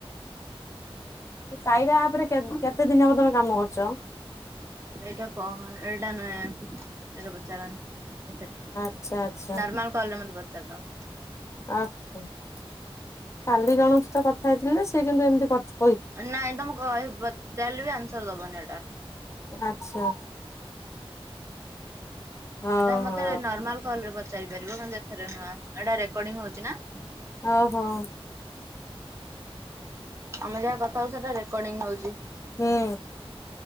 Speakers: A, on the left; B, on the right.
A: କାଇରା ଆପ୍ ରେ କେତ କେତେ ଦିନ ହବ ତମେ କାମ କରୁଛ?
B: ଏଇଟା କହ ଏଇଟା ନୁହଁ ଏଟା ପଚାରନି।
A: ଆଚ୍ଛା ଆଚ୍ଛା।
B: ନର୍ମାଲ କଲ୍ ରେ ମତେ ପଚାରିଦବ।
A: ଆ କାଲି ଜଣଙ୍କ ସହିତ କଥା ହେଇଥିଲେ ସେ କିନ୍ତୁ ଏମିତି କଥ
B: ନାଇଁ ତମେ ଘ ପଚାରିଲେ ବି ଆନ୍ସାର୍ ଦବନି ହେଟା
A: ଆଚ୍ଛା। ଓହୋ
B: ଏଟା ମତେ ନର୍ମାଲ କଲ୍ ରେ ପଚାରି ପାରିବ କିନ୍ତୁ ଏଥିରେ ନୁହଁ ଏଟା ରେକଡିଙ୍ଗ୍ ହଉଛି ନା
A: ହଉ ହଉ
B: ଆମେ ଯାହା କଥା ହଉଛେ ସେଟା ରେକର୍ଡିଙ୍ଗ୍ ହଉଛି।
A: ହୁଁ।